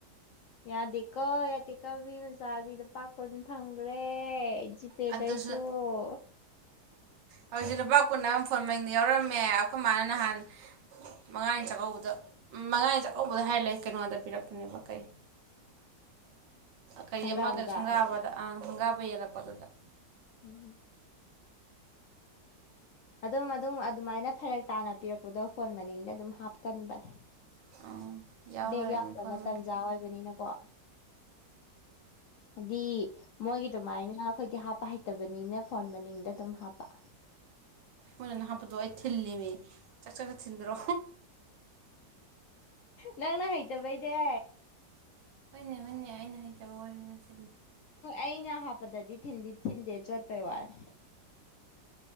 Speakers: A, on the left (about 75°); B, on the right (about 75°).
A: ꯌꯥꯗꯦꯀꯣ ꯌꯥꯗꯦ ꯀꯧ ꯃꯤ ꯑꯣꯖꯥꯗꯤ ꯂꯨꯄꯥ ꯀꯨꯅ ꯐꯪꯈ꯭ꯔꯦ ꯍꯧꯖꯤ ꯄꯦꯗꯥꯁꯨꯣ
B: ꯑꯗꯨꯁꯨ ꯍꯧꯖꯤꯛ ꯂꯨꯄꯥ ꯀꯨꯟ ꯑꯃ ꯐꯣꯟ ꯃꯡꯗ ꯌꯥꯎꯔꯝꯃꯦ ꯑꯩꯈꯣꯏ ꯃꯥꯅ ꯅꯍꯥꯟ ꯃꯉꯥꯅꯤ ꯆꯥꯛꯀꯧꯕꯗ ꯃꯉꯥꯅꯤ ꯆꯥꯛꯀꯧꯕꯗ ꯍꯥꯏ ꯂꯩꯦ ꯀꯩꯅꯣꯗ ꯄꯤꯔꯛꯄꯅꯦꯕ ꯀꯩ ꯀꯔꯤ
A: ꯁꯪꯒꯥꯕꯗ
B: ꯑꯃ ꯀꯩꯅꯣ ꯁꯪꯒꯥꯕꯗ ꯑꯪ ꯁꯪꯒꯥꯕ ꯌꯦꯜꯂꯛꯄꯗꯨꯗ
A: ꯎꯝ ꯍꯝ ꯑꯗꯨꯝ ꯑꯗꯨꯝ ꯑꯗꯨꯃꯥꯏꯅ ꯐꯔꯛ ꯇꯥꯅ ꯄꯤꯔꯛꯄꯗꯣ ꯐꯣꯟ ꯃꯅꯤꯡꯗ ꯑꯗꯨꯝ ꯍꯥꯞꯀꯟꯕꯅꯦ <unintelligible>
B: ꯑꯥ ꯌꯥꯎ
A: ꯕꯦꯛ
B: ꯂꯩꯔꯝꯃꯦ
A: ꯌꯥꯝꯖꯕ
B: ꯐꯣꯟ ꯃꯩ
A: ꯇꯟꯖꯥ ꯑꯣꯏꯕꯅꯤꯅꯀꯣ ꯍꯥꯏꯗꯤ ꯃꯣꯏꯒꯤ ꯑꯗꯨꯃꯥꯏꯅ ꯑꯩꯈꯣꯏꯗꯤ ꯍꯥꯞꯄ ꯍꯩꯇꯕꯅꯤꯅ ꯐꯣꯟ ꯃꯅꯤꯡꯗ ꯑꯗꯨꯝ ꯍꯥꯞꯄ
B: ꯃꯣꯏꯅꯅ ꯍꯥꯞꯄꯠꯇꯣ ꯑꯩ ꯊꯤꯜꯂꯤꯃꯦ ꯆꯥꯛ ꯆꯥꯛ ꯆ ꯊꯤꯟꯗ꯭ꯔꯣ
A: ꯅꯪꯅ ꯍꯩꯇꯕꯩ ꯗꯦ
B: ꯍꯣꯏꯅꯦ ꯍꯣꯏꯅꯦ ꯑꯩꯅ ꯍꯩꯇꯕ ꯑꯣꯏꯔꯒꯗꯤ
A: ꯑꯩꯅ ꯍꯥꯞꯄꯗꯗꯤꯤꯟꯗꯤ ꯊꯤꯟꯗꯦ ꯆꯣꯠꯄꯩ ꯋꯥꯅꯤ